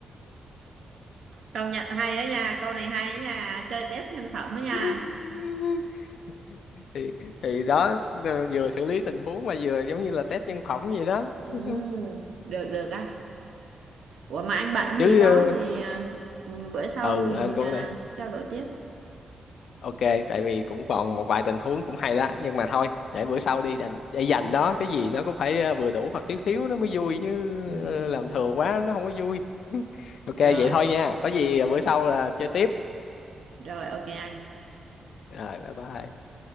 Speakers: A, on the right; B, on the left.
A: Công nhận hay ấy nha, câu này hay á nha, chơi test nhân phẩm ấy nha.
B: <laughs> thì thì đó ờ, vừa xử lý tình huống mà vừa giống như là test nhân phẩm vậy đó
A: Ừ,
B: <laughs>
A: được được á. Ủa mà anh bận
B: chứ
A: gì có
B: ờ,
A: gì à, ừ, bữa sau
B: ừ
A: mình
B: anh cũng
A: à,
B: này
A: trao đổi tiếp.
B: ok tại vì cũng còn một vài tình huống cũng hay đó nhưng mà thôi để bữa sau đi dành để dành
A: Ừ.
B: đó cái gì nó cũng phải ờ, vừa đủ hoặc thiếu thiếu nó mới vui chứ
A: Ừ,
B: ờ,
A: ừ.
B: làm thừa quá nó không có vui <laughs> ok
A: Rồi,
B: vậy thôi nha có gì ờ, bữa sau là chơi tiếp
A: rồi ok anh.
B: rồi bye bye